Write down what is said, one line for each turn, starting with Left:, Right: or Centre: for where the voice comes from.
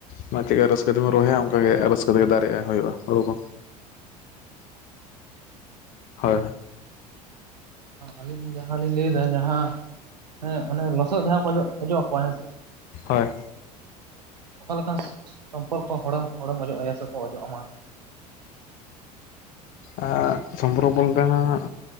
Left: ᱚᱱᱟ ᱪᱮᱫ ᱠᱟ ᱨᱟᱹᱥᱠᱟᱹ ᱛᱮᱵᱚᱱ ᱨᱚᱦᱚᱭᱟ ᱚᱝᱠᱟ ᱜᱮ ᱨᱟᱹᱥᱠᱟᱹ ᱛᱮᱜᱮ ᱫᱟᱨᱮᱜᱼᱟ ᱦᱩᱭᱩᱜᱼᱟ ᱦᱩᱲᱩ ᱠᱚ ᱾ ᱦᱳᱭ ᱾
Right: ᱟᱹᱞᱤᱧ ᱡᱟᱦᱟᱸ ᱞᱤᱧ ᱞᱟᱹᱭᱫᱟ ᱡᱟᱦᱟᱸ ᱦᱮᱸ ᱚᱱᱮ ᱞᱚᱥᱚᱫ ᱡᱟᱦᱟᱸ ᱠᱚ ᱚᱡᱚᱜ ᱚᱡᱚᱜ ᱟᱠᱚᱣᱟ ᱦᱮᱸᱥᱮ ᱾
Left: ᱦᱳᱭ ᱾
Right: ᱚᱠᱟ ᱞᱮᱠᱟᱱ ᱥᱚᱢᱯᱚᱨᱠᱚ ᱦᱚᱲ ᱦᱚᱲᱮᱢ ᱚᱡᱚᱜ ᱟᱭᱟ ᱥᱮᱠᱚ ᱚᱡᱚᱜ ᱟᱢᱟ?
Left: ᱟᱸᱻ ᱥᱚᱢᱯᱚᱨᱠᱚ ᱵᱚᱞᱛᱮ ᱦᱟᱸᱜ